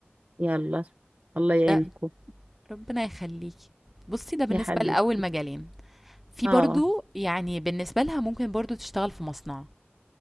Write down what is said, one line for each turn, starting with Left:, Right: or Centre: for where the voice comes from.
Right: يلا الله يعينكم
Centre: ده ربنا يخليكي بصي ده بالنسبة
Right: يا حبيبي
Centre: لأول مجالين في
Right: اه
Centre: برضو يعني بالنسبة لها ممكن برضو تشتغل في مصنع